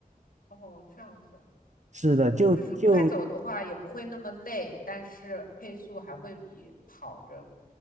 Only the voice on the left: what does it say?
哦，这样子。
就是快走的话也不会那么累，但是配速还会比跑着